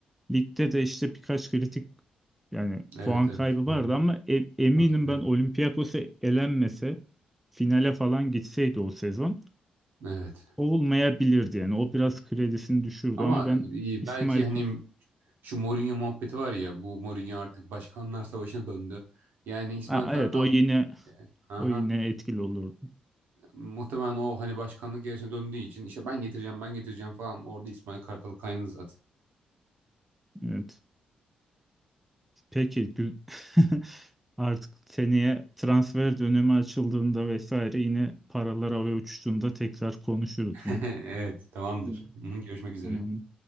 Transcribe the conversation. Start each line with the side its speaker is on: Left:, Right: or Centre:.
Centre: Ligde de işte birkaç kritik yani puan
Right: evet, evet.
Centre: kaybı vardı
Right: Hı hı,
Centre: ama e- eminim
Right: Hatırlıyorum.
Centre: ben Olympiakos'a elenmese finale falan gitseydi o sezon
Right: Evet.
Centre: olmayabilirdi yani. O biraz kredisini düşürdü
Right: Ama
Centre: ama ben
Right: e,
Centre: İsmail
Right: belki hani
Centre: Ka-
Right: şu Mourinho muhabbeti var ya, bu Mourinho artık Başkanlar Savaşı'na döndü. Yani İsmail
Centre: Ha,
Right: Kartal
Centre: evet o yine
Right: Aha.
Centre: o yine etkili olurdu.
Right: Muhtemelen o hani başkanlık yarışına döndüğü için işte ben getireceğim ben getireceğim falan orada İsmail Kartal kaynadı zaten.
Centre: Evet. Peki gü- <laughs> artık seneye transfer dönemi açıldığında vesaire yine paralar havaya uçuştuğunda tekrar konuşuruz
Right: <laughs>
Centre: bunu.
Right: Evet tamamdır.
Centre: Evet.
Right: Hı hı, Görüşmek üzere.
Centre: Tamam.